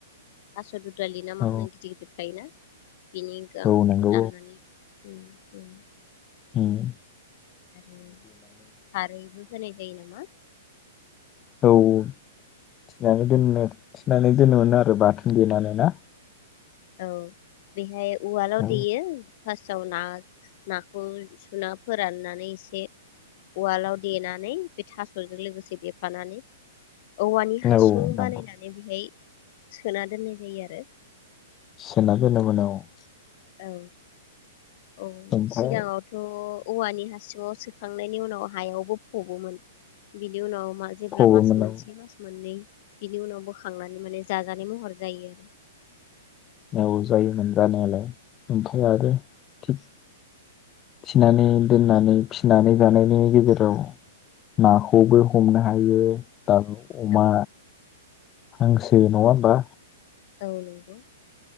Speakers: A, on the left; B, on the left.
A: थासदुुदालिना माहोनो
B: औ
A: गिदिर गिदिर थायोना। बिनि गांखखो
B: औ नंगौ
A: दाननानै होयो औ।
B: ओम
A: आरो खारैबो होनायजायोनामा।
B: औ औ। थिनानै दोननोर। थिनानै दोननोमोनोआरो बाथोनदेनानै ना।
A: औ बेहाय उवालावदेयो।
B: औ
A: फासआव ना नाखौ सुना फोराननानै एसे उवालाव देनानै बेथासजों लोगोसे देफानानै। औवानिहासुं
B: औ नंगौ
A: बानायनानै बेहाय। सोनादोननाय जायोआरो।
B: <unintelligible>
A: औ। औ
B: ओमफ्राय
A: सिगाङावथ' औवानि हसिङाव सोखांनायनिउनाव हायावबो फबमोन बिनिउनाव मा जेब्ला
B: फबोमोन
A: मासमोनसे
B: औ
A: मासमोननै। बिनिउनाव बोखांनानै माने जाजानायमहर जायोआरो।
B: औ जायोमोन जानायालाय। ओमफायआरो थिग। थिनानै दोननानै फिनानै बानायनायनि गेजेराव। नाखौबो हमनोहायो। दाउ अमा।
A: औ
B: हांसो नङाहोमबा।
A: औ नंगौ।